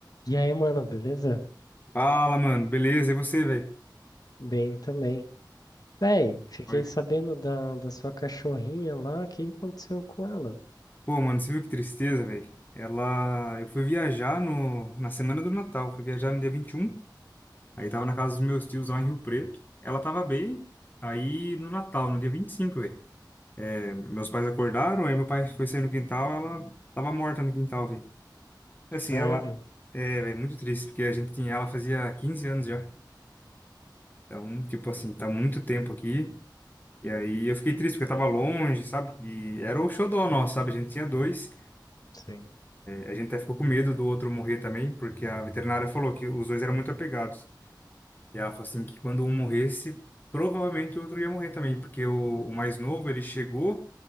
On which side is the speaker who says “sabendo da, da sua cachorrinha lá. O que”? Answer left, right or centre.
Left